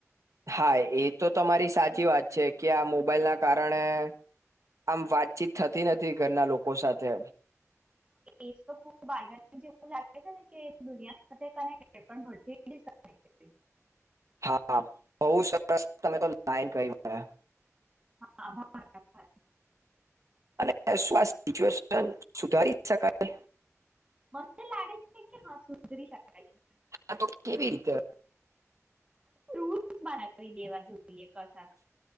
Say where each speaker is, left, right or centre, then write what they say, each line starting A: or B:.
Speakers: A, on the right (about 70°); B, on the right (about 20°).
A: હા એ તો તમારી સાચી વાત છે કે આ મોબાઈલ ના કારણે આમ વાતચીત થતી નથી ઘરના લોકો સાથે
B: એ તો ખ જેવ લાગે છે ને કે દુનિયા સાથે કનેક પણરથી
A: હા બહુ સરસ તમે તો લાઈન ક મળ્યા
B: હાભ
A: અને શું સિચ્યુએશન સુધારી શકાય
B: મસ્ લાગે છે કે હા સુધરી શકાય છે
A: હા તો કેવી રીતે
B: રૂ બનાવી દેવા જોઈએ કશ